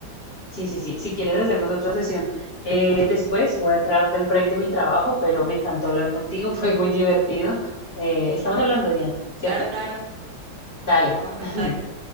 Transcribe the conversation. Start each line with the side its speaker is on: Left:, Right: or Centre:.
Left: Sí, sí, sí. Si quieres, hacemos otra sesión eh, después. Voy a entrar del break de mi trabajo, pero me encantó hablar contigo, <laughs> fue muy divertido. Eh, estamos hablando, Diana, ¿cierto?
Right: Claro, claro.
Left: Dale.
Right: Estamos en contacto.
Left: <laughs>